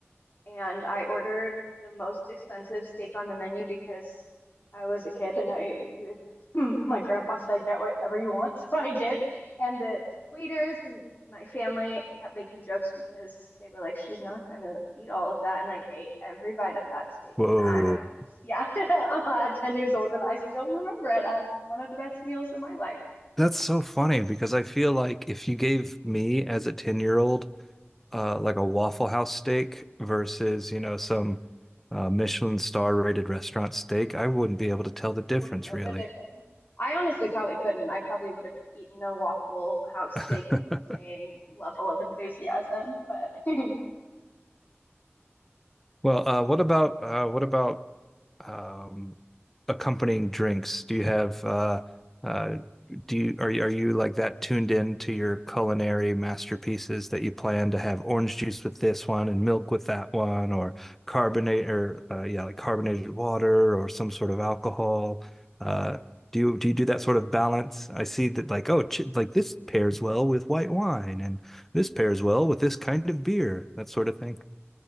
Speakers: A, on the left (about 45°); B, in the centre.
A: and I ordered the most expensive steak on the menu because I was a kid and I <laughs> my grandpa said get whatever you want, <laughs> so I did. And the waiters and my family kept making jokes because they were like, "She's not gonna eat all of that," and I ate every bite of that steak.
B: Whoa.
A: And I, yeah, <laughs> at ten years old, and I still remember it as one of the best meals of my life.
B: That's so funny because I feel like if you gave me as a 10-year-old uh like a Waffle House steak versus, you know, some uh, Michelin star rated restaurant steak, I wouldn't be able to tell the difference
A: wouldn't know
B: really.
A: the difference. I honestly probably couldn't. I probably would have eaten a Waffle House steak
B: <laughs>
A: with the same level of enthusiasm, but <laughs>
B: Well, uh, what about uh, what about um, accompanying drinks? Do you have uh, uh, do you are you, are you like that tuned in to your culinary masterpieces that you plan to have orange juice with this one and milk with that one or carbonate or uh, yeah like carbonated water or some sort of alcohol? Uh, do you do you do that sort of balance? I see that like oh ch like this pairs well with white wine and this pairs well with this kind of beer that sort of thing.